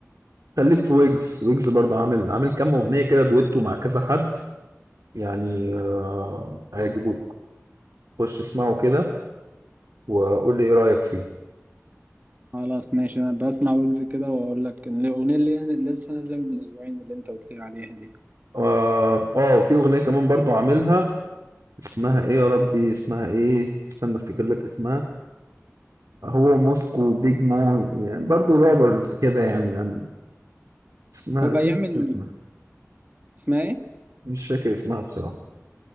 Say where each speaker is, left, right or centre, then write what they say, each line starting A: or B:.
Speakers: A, on the right; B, on the right.
A: خليك في ويجز ويجز برضه عامل عامل كام اغنيه كده دويتو مع كذا حد يعني آه، هيعجبوك خش اسمعه كده وقول لي ايه رايك فيه
B: خلاص ماشي انا بسمع ويجز كده واقول لك إن الاغنيه اللي لسه نازله من اسبوعين اللي انت قلت لي عليها دي
A: اه آه، في اغنيه كمان برضو عاملها اسمها ايه يا ربي اسمها ايه استنى افتكر لك اسمها هو موسكو بيج مو يعني برضو روبرز كده يعني, يعني اسمها
B: هو بيعمل
A: اسمها
B: اسمها ايه
A: مش فاكر اسمها بصراحه